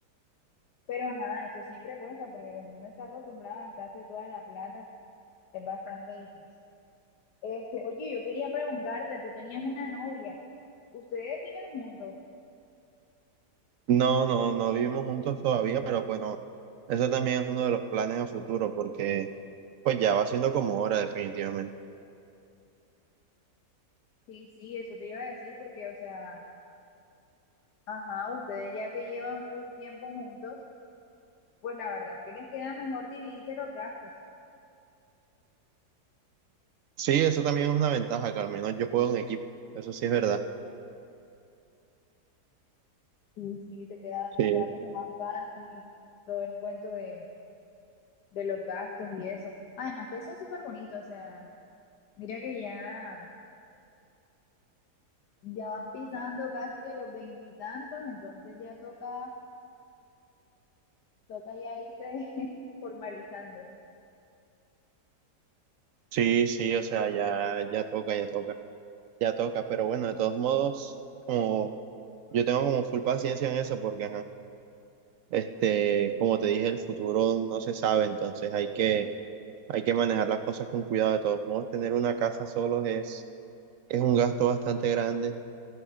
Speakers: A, on the left; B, on the right.
A: Pero ajá, eso siempre cuesta porque como uno está acostumbrado a gastarse toda la plata, es bastante difícil. Este, oye, yo quería preguntarte, tú tenías una novia. ¿Ustedes viven juntos?
B: No, no, no vivimos juntos todavía, pero bueno, eso también es uno de los planes a futuro, porque Pues ya va siendo como hora, definitivamente.
A: Sí, sí, eso te iba a decir porque, o sea, ajá, ustedes ya que llevan full tiempo juntos, pues la verdad es que les queda mejor dividirse los gastos.
B: Sí, eso también es una ventaja, que al menos yo juego en equipo. Eso sí es verdad.
A: Sí, sí, te queda, te
B: Sí,
A: queda como más fácil todo el cuento de, de los gastos y eso. Además que eso es súper bonito, o sea, mira que ya, ya van pisando casi que los veintitantos, entonces ya toca, toca ya irse <laughs> formalizando.
B: sí, sí, o sea, ya, ya toca, ya toca, ya toca. Pero bueno, de todos modos, como yo tengo como full paciencia en eso, porque ajá, este, como te dije, el futuro no se sabe, entonces hay que, hay que manejar las cosas con cuidado. De todos modos, tener una casa solo es, es un gasto bastante grande.